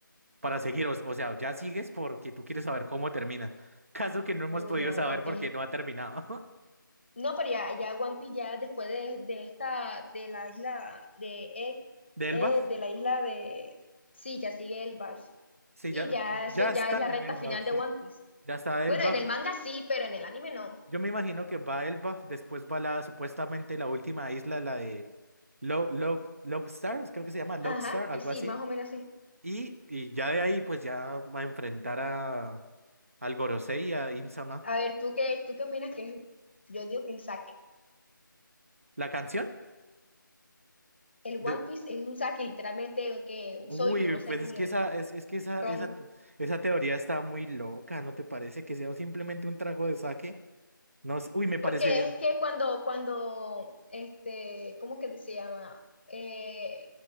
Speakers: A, on the right; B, on the left.
A: para seguir. O, o sea, ya sigues porque tú quieres saber cómo termina. <laughs> Caso que no hemos
B: Uy,
A: podido
B: no,
A: saber
B: One Piece.
A: porque no ha terminado.
B: No, pero ya, ya One Piece, ya después de, de esta, de la isla de Egg,
A: <laughs> ¿De Elbaf?
B: eh, de la isla de... Sí, ya sigue el Vals.
A: Sí,
B: Y
A: ya,
B: ya,
A: ya
B: eso ya
A: están
B: es la recta
A: en Elbaf,
B: final de
A: sí.
B: One Piece.
A: Ya está
B: Bueno,
A: Elbaf.
B: en el manga sí, pero en el anime no.
A: Yo me imagino que va Elbaf, después va la supuestamente la última isla, la de Lo, Lo, Logstar, creo que se llama Logstar,
B: Ajá,
A: algo
B: que sí,
A: así.
B: más o menos así.
A: Y, y ya de ahí, pues ya va a enfrentar a al Gorosei y a Im-sama.
B: A ver, ¿tú qué, tú qué opinas que es? Yo digo que es saque.
A: La canción
B: El
A: de,
B: One Piece es un saque, literalmente, o que un
A: Uy,
B: soyu, no
A: pues
B: sé cómo
A: es que
B: lo digo,
A: esa, es, es que esa,
B: ron.
A: esa, te- esa teoría está muy loca, ¿no te parece? Que sea simplemente un trago de saque. No sé. Uy, me parecería.
B: Porque es que cuando, cuando, este, ¿cómo que se llama? Eh,